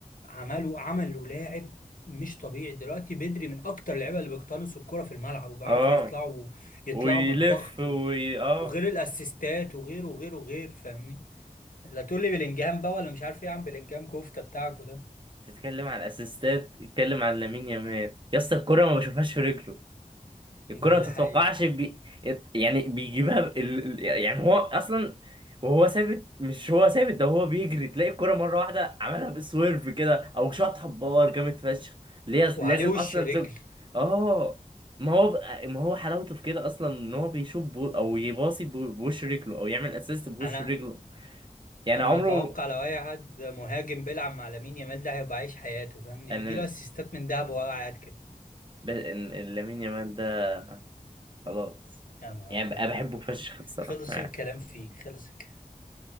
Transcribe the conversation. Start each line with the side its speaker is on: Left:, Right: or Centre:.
Left: عمله عمل له لاعب مش طبيعي دلوقتي بدري من أكتر اللعيبة اللي بيقتنصوا الكرة في الملعب وبيعرفوا
Right: اه
Left: يطلعوا يطلعوا
Right: ويلف
Left: من الضغط
Right: وي
Left: و-
Right: اه
Left: وغير الأسيستات وغيره وغيره وغير فاهمني لا تقول لي بلينجهام بقى ولا مش عارف ايه يا عم بلينجهام كفتة بتاعكوا ده
Right: تتكلم على الاسيستات تتكلم على لامين يامال يا اسطى الكرة ما بشوفهاش في رجله الكرة
Left: ده
Right: ما
Left: ده
Right: تتوقعش
Left: حقيقي
Right: بي... يعني بيجيبها ب... ال- ال- يعني هو أصلا وهو ثابت مش هو ثابت ده هو بيجري تلاقي الكرة مرة واحدة عملها بسويرف كده أو شاطها بباور جامد فشخ اللي هي
Left: وعليه
Right: لازم
Left: وش
Right: أصلا
Left: رجل
Right: تب... آه ما هو بقى... ما هو حلاوته في كده أصلا إن هو بيشوط بو... أو يباصي بو... بوش رجله أو يعمل أسيست بوش
Left: انا
Right: رجله يعني
Left: انا
Right: عمره
Left: اتوقع لو اي حد مهاجم بيلعب مع لامين يامال ده هيبقى عايش حياته فاهمني
Right: أنا
Left: بيجي له اسيستات من دهب وهو قاعد كده
Right: ب... إن- لامين يامال ده خلاص
Left: يا نهار
Right: يعني
Left: ابيض
Right: بقى بحبه فشخ بصراحة
Left: خلص
Right: يعني
Left: الكلام فيه خلص الكلام.